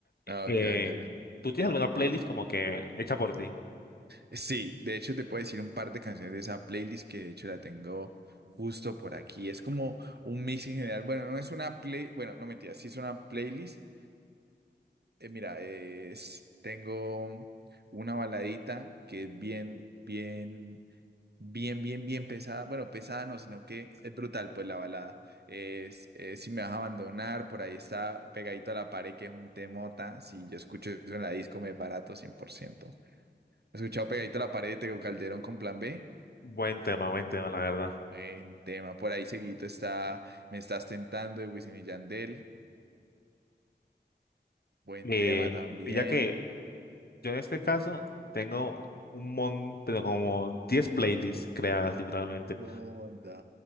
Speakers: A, on the left; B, on the right.
A: Eh,
B: Ah, Ok, ok, ok.
A: ¿tú tienes alguna playlist como que hecha por ti?
B: Sí, de hecho te puedo decir un par de canciones de esa playlist que de hecho la tengo justo por aquí. Es como un mix en general. Bueno, no es una play, bueno, no mentira, sí es una playlist. Eh, mira, es, tengo una baladita que es bien, bien. bien, bien, bien pesada. Bueno, pesada no, sino que es brutal, pues la balada. Es, eh, si me vas a abandonar, por ahí está pegadito a la pared, que es un temota. Si yo escucho eso en la disco, me barato cien por ciento He escuchado pegadito a la pared de Tego Calderón con Plan B.
A: Buen tema, buen tema, la verdad.
B: Buen tema. Por ahí seguito está Me estás tentando de Wisin y Yandel. Buen
A: Eh,
B: tema también.
A: y ya que Yo en este caso tengo un montón, pero como 10 playlists creadas literalmente,
B: Onda.